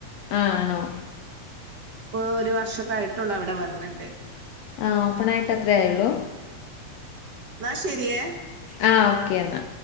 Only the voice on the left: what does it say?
ആ ആണോ
ആ ഓപ്പണായിട്ട് അത്രേ ആയുള്ളു
ആ ഓക്കേ എന്നാ